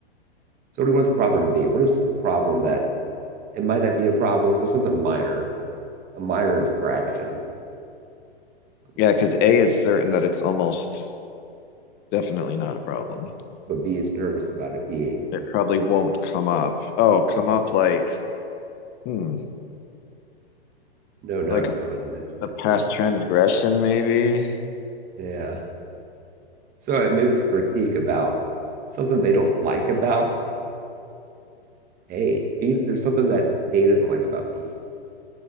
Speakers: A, on the right; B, on the left.
A: So what do we want the problem to be? What is a problem that it might not be a problem? So something minor, a minor infraction, a
B: Yeah,
A: minor,
B: because A is certain that it's almost definitely not a problem.
A: but B is nervous about it being.
B: It probably won't come up. Oh, come
A: Yeah.
B: up like, hmm,
A: No, no,
B: like
A: I just
B: a,
A: thought I'd mention
B: a
A: it. Cool.
B: past transgression, maybe.
A: Yeah. So uh, maybe it's a critique about something they don't like about A. B, there's something that A doesn't like about B.